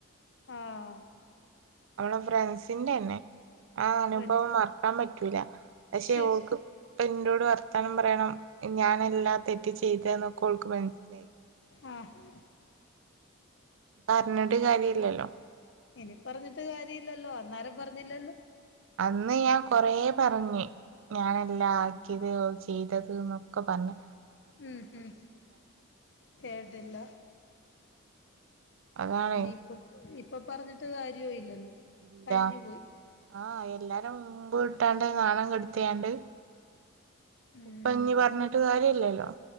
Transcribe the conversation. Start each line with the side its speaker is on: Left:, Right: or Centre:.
Left: ആഹ
Right: അവളെ ഫ്രൻസിന്റെ ന്നെ. ആ അനുഭവം
Left: ഫ്രണ്ട്സ്
Right: മറക്കാൻ പറ്റൂല പക്ഷെ
Left: ശേ
Right: ഓക്ക്. ഇപ്പ ഇനോട്. വർത്താനം പറയണം ഞാൻ എല്ലാ തെറ്റ് ചെയ്ത് നൊക്കെ ഓൾക്ക് മനസ്സിലായി.
Left: ആഹ്
Right: പറഞ്ഞിട്ട് കാര്യല്ലല്ലോ?
Left: ഇനി പറഞ്ഞിട്ട് കാര്യല്ലല്ലോ അന്നേരം പറഞ്ഞില്ലല്ലോ?
Right: അന്ന് ഞാൻ കൊറേ പറഞ്ഞ്. ഞനല്ലാ ആക്കിയത് ചെയ്തത് എന്നൊക്കെ പറഞ്.
Left: ഉം ഉം കേട്ടില്ല.
Right: അതാണ്
Left: ഇനി ഇപ്പൊ ഇപ്പൊ പറഞ്ഞിട്ട് കാര്യോ ഇല്ലല്ലോ?
Right: ഇല്ല
Left: കഴിഞ്ഞു പോയി
Right: ആഹ എല്ലാരും മുമ്പ് വിട്ടാണ്ട് നാണം കെടുത്തിയാണ്ട്.
Left: ഉം
Right: ഇപ്പൊ ഇനി പറഞ്ഞിട്ട് കാര്യല്ലല്ലോ?